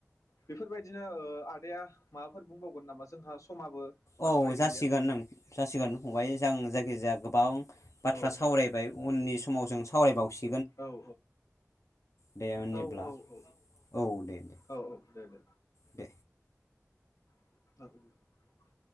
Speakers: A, on the left; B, on the left.
A: बेफोरबायदिनो आदाया माबाफोर बुंबावगोन नामा जोंहा समाबो बांद्राय
B: औ
A: गैलिया
B: जासिगोन जासिगोन फंबाय जों जायखिजाया गोबां बाथ्रा
A: औ
B: सावरायबाय
A: औ
B: उननि समाव जों सावरायबावसै
A: औ औ
B: दे होनब्ला
A: औ औ औ औ
B: औ दे दे
A: औ औ दे दे
B: दे
A: ह